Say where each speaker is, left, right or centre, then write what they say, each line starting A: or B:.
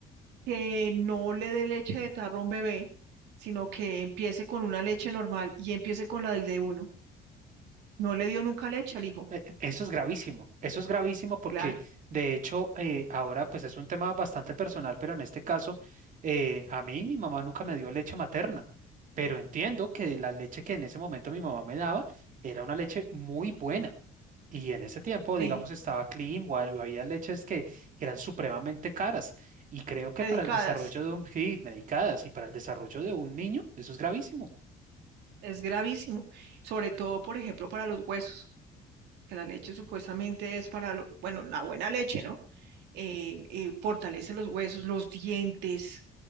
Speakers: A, on the right; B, on the right.
A: que no le dé leche de tarro a un bebé, sino que empiece con una leche normal y empiece con la del de uno. No le dio nunca leche al hijo.
B: Eh, Eso es gravísimo, eso es gravísimo porque
A: Claro.
B: de hecho eh, ahora pues es un tema bastante personal, pero en este caso eh, a mí mi mamá nunca me dio leche materna, pero entiendo que la leche que en ese momento mi mamá me daba era una leche muy buena y en ese tiempo
A: Sí.
B: digamos estaba clean o ha- o había leches que eran supremamente caras y creo que
A: Medicadas.
B: para el desarrollo de un, sí, medicadas y para el desarrollo de un niño eso es gravísimo.
A: Es gravísimo. Sobre todo, por ejemplo, para los huesos, que la leche supuestamente es para, lo- bueno, la buena leche, ¿no? eh, eh, fortalece los huesos, los dientes.